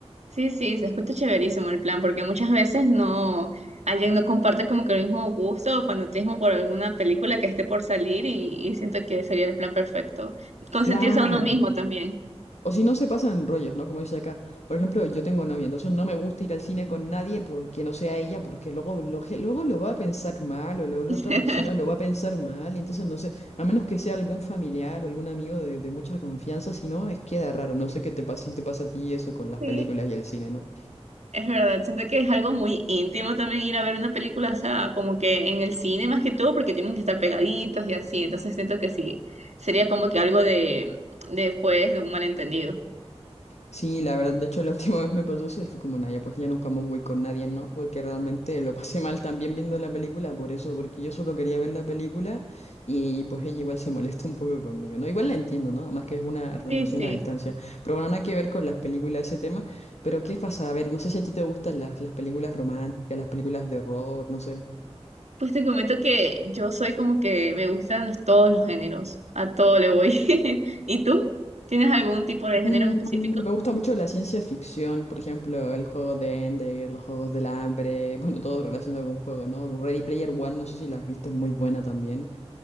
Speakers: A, on the right; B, on the left.
A: Sí, sí, se escucha chéverísimo el plan, porque muchas veces no, alguien no comparte como que el mismo gusto o fanatismo por alguna película que esté por salir y, y siento que sería el plan perfecto. Consentirse
B: Claro.
A: a uno mismo también.
B: O si no se pasan rollos, ¿no? Como dice acá. Por ejemplo, yo tengo novia, entonces no me gusta ir al cine con nadie porque no sea ella, porque luego lo, ge- luego lo va a pensar mal o la, la
A: <laughs>
B: otra persona lo va a pensar mal, y entonces no sé, a menos que sea algún familiar o algún amigo de, de mucha confianza, si no, es queda raro. No sé qué te pasa, si te pasa a ti eso con las
A: Sí,
B: películas y el cine, ¿no?
A: es verdad, siento que es algo muy íntimo también ir a ver una película, o sea, como que en el cine más que todo, porque tienen que estar pegaditos y así, entonces siento que sí, sería como que algo de, después de pues, de un malentendido.
B: Sí, la verdad, de hecho la última <laughs> vez me pasó eso y fue como, Naya, pues ya nunca más voy con nadie, ¿no? Porque realmente lo pasé mal también viendo la película, por eso, porque yo solo quería ver la película y pues ella igual se molesta un poco conmigo, ¿no? Igual la entiendo, ¿no? Además que es una relación
A: Sí, sí.
B: a distancia. Pero bueno, nada que ver con las películas ese tema, pero ¿qué pasa? A ver, no sé si a ti te gustan las, las películas románticas, las películas de horror, no sé.
A: Pues te comento que yo soy como que me gustan los- todos los géneros, a todo le voy. <laughs> ¿Y tú? ¿Tienes algún tipo de
B: Mm,
A: género en específico?
B: me gusta mucho la ciencia ficción, por ejemplo, el juego de Ender, los juegos del hambre, <laughs> bueno, todo relacionado con juego, ¿no? Ready Player One, no sé si la has visto, es muy buena también,